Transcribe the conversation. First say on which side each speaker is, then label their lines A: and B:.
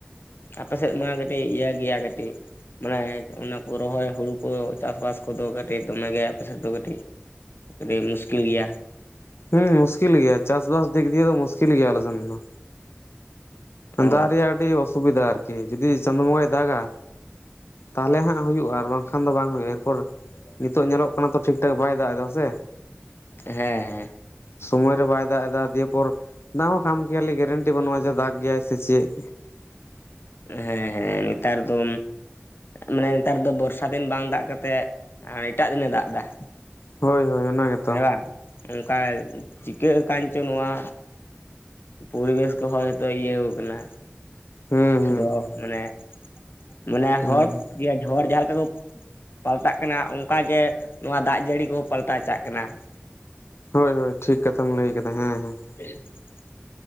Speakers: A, on the left; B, on the left.
A: ᱟᱯᱮ ᱥᱮᱫ ᱢᱟ ᱠᱟᱹᱴᱤᱡ ᱤᱭᱟᱹ ᱜᱮᱭᱟ ᱠᱟᱹᱴᱤᱡ, ᱢᱟᱱᱮ ᱚᱱᱟ ᱠᱚ ᱨᱚᱦᱚᱭ ᱦᱩᱲᱩ ᱠᱚ ᱪᱟᱥ ᱵᱟᱥ ᱠᱚᱫᱚ ᱠᱟᱹᱴᱤᱡ ᱫᱚᱢᱮ ᱜᱮ ᱟᱯᱮ ᱥᱮᱫ ᱫᱚ ᱠᱟᱹᱴᱤᱡ, ᱟᱹᱰᱤ ᱢᱩᱥᱠᱤᱞ ᱜᱮᱭᱟ᱾
B: ᱦᱩᱸ ᱢᱩᱥᱠᱤᱞ ᱜᱮᱭᱟ ᱪᱟᱥ ᱵᱟᱥ ᱫᱤᱠ ᱫᱤᱭᱮ ᱫᱚ ᱢᱩᱥᱠᱤᱞ ᱜᱮᱭᱟ ᱟᱞᱮ ᱥᱮᱱ ᱫᱚ᱾
A: ᱚ
B: ᱫᱟᱜ ᱨᱮᱭᱟᱜ ᱟᱹᱰᱤ ᱚᱥᱩᱵᱤᱫᱷᱟ ᱟᱨ ᱠᱤ ᱡᱚᱫᱤ ᱪᱟᱸᱫᱳ ᱵᱚᱸᱜᱟᱭ ᱫᱟ ᱜᱟ᱾ ᱛᱟᱦᱚᱞᱮ ᱦᱟᱸᱜ ᱦᱩᱭᱩᱜᱼᱟ ᱟᱨ ᱵᱟᱝᱠᱷᱟᱱ ᱫᱚ ᱵᱟᱝ ᱦᱩᱭᱩᱜᱼᱟ ᱾ᱮᱨ ᱯᱚᱨ, ᱱᱤᱛᱚᱜ ᱧᱮᱞᱚᱜ ᱠᱟᱱᱟ ᱛᱚ ᱴᱷᱤᱠ ᱴᱷᱟᱠ ᱵᱟᱭ ᱫᱟᱜ ᱮᱫᱟ ᱥᱮ᱾
A: ᱦᱮᱸ ᱦᱮᱸ᱾
B: ᱥᱚᱢᱚᱭ ᱨᱮ ᱵᱟᱭ ᱫᱟᱜ ᱮᱫᱟ ᱫᱤᱭᱮ ᱯᱚᱨ ᱫᱟᱜ ᱦᱚᱸ ᱠᱷᱟᱢ ᱠᱷᱮᱭᱟᱞᱤ ᱜᱮᱨᱮᱱᱴᱤ ᱵᱟᱹᱱᱩᱜᱼᱟ ᱡᱮ ᱫᱟᱜ ᱜᱮᱭᱟᱭ ᱥᱮ ᱪᱮᱫ?
A: ᱦᱮᱸ ᱦᱮᱸ ᱱᱮᱛᱟᱨ ᱫᱚ᱾ ᱢᱟᱱᱮ ᱱᱮᱛᱟᱨ ᱫᱚ ᱵᱚᱨᱥᱟ ᱫᱤᱱ ᱵᱟᱝ ᱫᱟᱜ ᱠᱟᱛᱮᱫ ᱮᱴᱟᱜ ᱫᱤᱱᱮ ᱫᱟᱜ ᱫᱟ᱾
B: ᱦᱳᱭ ᱦᱳᱭ ᱚᱱᱟᱜᱮ ᱾
A: ᱦᱮᱸ ᱵᱟᱝ ᱚᱱᱠᱟ ᱪᱤᱠᱟᱹᱜ ᱟᱠᱟᱱ ᱪᱚ ᱱᱚᱣᱟ ᱯᱚᱨᱤᱵᱮᱥ ᱠᱚᱦᱚᱸ ᱱᱤᱛᱚ ᱤᱭᱟᱹ ᱠᱟᱱᱟ
B: ᱦᱩᱸ ᱦᱩᱸ
A: ᱫᱚ
B: ᱦᱩᱸ
A: ᱢᱟᱱᱮ, ᱢᱟᱱᱮ
B: ᱦᱩᱸ
A: ᱦᱚᱲ <unintelligible> ᱡᱟᱦᱟᱸᱮ ᱞᱮᱠᱟ ᱠᱚ᱾ ᱯᱟᱞᱴᱟᱜ ᱠᱟᱱᱟ ᱚᱱᱠᱟᱜ ᱜᱮ ᱱᱚᱣᱟ ᱫᱟᱜ ᱡᱟᱹᱲᱤ ᱠᱚᱦᱚᱸ ᱯᱟᱞᱴᱟ ᱪᱟᱜ ᱠᱟᱱᱟ ᱾
B: ᱦᱳᱭ ᱦᱳᱭ ᱴᱷᱤᱠ ᱠᱟᱛᱷᱟᱢ ᱞᱟᱹᱭ ᱠᱮᱫᱟ ᱦᱮᱸ ᱦᱮᱸ ᱾
A: ᱦ <unintelligible>